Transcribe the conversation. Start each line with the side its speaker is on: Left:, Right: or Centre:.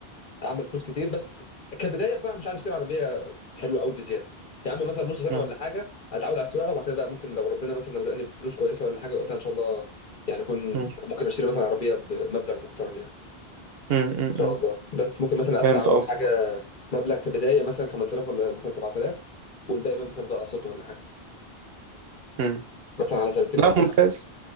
Left: اعمل فلوس كتير بس كبدايه بصراحه مش عايز اشتري عربيه حلوه قوي بزياده يا عم مثلا نص سنه
Right: مم.
Left: ولا حاجه اتعود على السواقه وبعد كده بقى ممكن لو ربنا مثلا رزقني بفلوس كويسه ولا حاجه وقتها ان شاء الله يعني اكون
Right: مم.
Left: ممكن اشتري مثلا عربيه بمبلغ محترم يعني
Right: مم.
Left: ان
Right: مم.
Left: شاء الله بس ممكن مثلا ادفع
Right: فهمت
Left: ولا
Right: قصدك
Left: حاجه مبلغ كبدايه مثلا 5000 ولا مثلا 7000 والباقي بقى مثلا بقى اقساط ولا حاجه
Right: مم.
Left: مثلا على سنتين
Right: لا
Left: او ثلاثه
Right: ممتاز